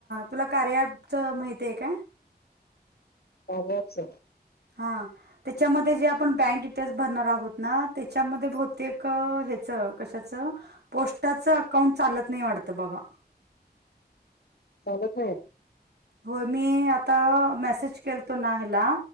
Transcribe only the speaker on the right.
तुला कार्याच माहितीये काय?
हां त्याच्यामध्ये जे आपण बँक डिटेल्स भरणार आहोत ना त्याच्यामध्ये बहुतेक हेच च कशाच पोस्टाच अकाउंट चालत नाही वाटतं बघा.
होय मी आता मेसेज केलतो ना ह्याला